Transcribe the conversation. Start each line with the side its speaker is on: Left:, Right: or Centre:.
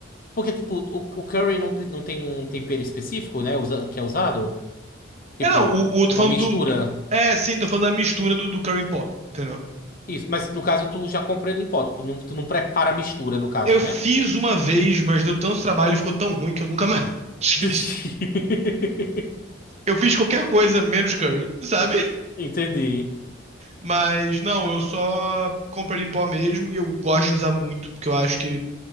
Left: Porque, tipo, o, o curry não, pre- não tem um tempero específico, né? usa- Que é usado. Tipo,
Right: É, não, o, o tô
Left: uma
Right: falando
Left: mistura.
Right: do, do- É, sim, tô falando da mistura do, do curry em pó, entendeu?
Left: Isso, mas no caso tu já compra ele em pó, tu não, tu não prepara a mistura, no caso,
Right: Eu
Left: né?
Right: fiz
Left: O-
Right: uma vez, mas deu tanto trabalho e ficou tão ruim que eu nunca mais <laughs> fiz.
Left: <laughs>
Right: Eu fiz qualquer coisa menos curry, sabe?
Left: Entendi.
Right: Mas não, eu só compro ele em pó mesmo e eu gosto de usar muito, porque eu acho que